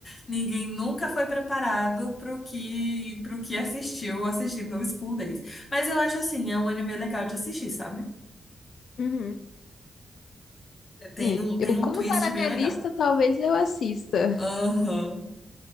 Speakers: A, on the left; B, on the left.
A: Ninguém nunca foi preparado pro que, pro que assistiu assistindo ao School Days. Mas eu acho assim, é um anime legal de assistir, sabe?
B: Uhum.
A: É, Tem
B: É,
A: um, tem
B: eu,
A: um
B: como
A: twist
B: tá na minha
A: bem legal.
B: lista, talvez eu assista.
A: Aham,